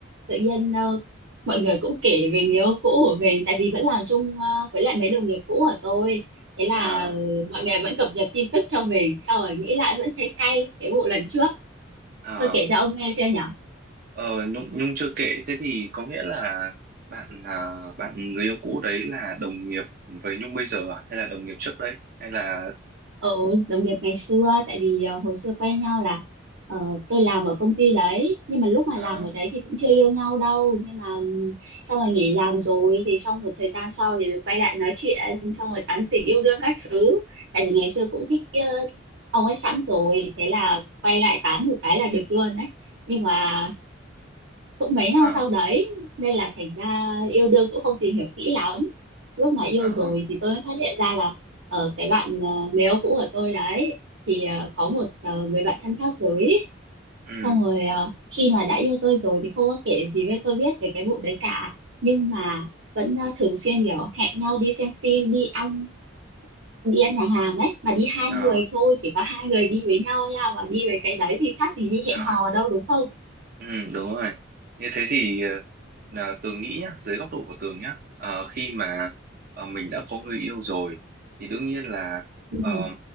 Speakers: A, on the right; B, on the right.
A: tự nhiên ờ, mọi người cũng kể về người yêu cũ của mình tại vì vẫn làm chung ờ, với lại mấy đồng nghiệp cũ của tôi thế là
B: à,
A: ờ, mọi người vẫn cập nhật tin tức cho mình sau rồi nghĩ lại vẫn thấy cay cái vụ lần trước
B: à.
A: tôi kể cho ông nghe chưa nhỉ
B: Ờ, Nhung Nhung chưa kể thế thì có nghĩa là bạn à, bạn người yêu cũ đấy là đồng nghiệp với Nhung bây giờ à? hay là đồng nghiệp trước đấy hay là
A: ừ đồng nghiệp ngày xưa tại vì ờ, hồi xưa quen nhau là ờ, tôi làm ở công ty đấy nhưng mà lúc mà
B: à,
A: làm ở đấy thì cũng chưa yêu nhau đâu nhưng mà ừm, xong rồi nghỉ làm rồi thì xong một thời gian sau thì mới quay lại nói chuyện xong rồi tán tỉnh yêu đương các thứ tại vì ngày xưa cũng thích ờ, ông ấy sẵn rồi thế là quay lại tán một cái là được luôn đấy nhưng mà cũng mấy năm
B: à,
A: sau đấy nên là thành ra yêu đương cũng không tìm hiểu kỹ lắm lúc mà yêu
B: à,
A: rồi thì tôi mới phát hiện ra là ở cái bạn ờ, người yêu cũ của tôi đấy thì ờ, có một ờ, người bạn thân khác giới
B: ừ,
A: xong rồi ờ, khi mà đã yêu tôi rồi thì không có kể gì với tôi biết về cái vụ đấy cả nhưng mà vẫn ờ, thường xuyên kiểu hẹn nhau đi xem phim đi ăn đi ăn nhà hàng ấy mà đi hai
B: à,
A: người thôi chỉ có hai người đi với nhau nha mà đi với cái đấy thì khác gì đi
B: rồi.
A: hẹn hò đâu đúng không
B: Ừ, đúng rồi. Như thế thì ờ, là Tường nghĩ nhá, dưới góc độ của Tường nhá, ờ, khi mà ờ, mình đã có người yêu rồi thì đương nhiên là
A: ừ.
B: ờ,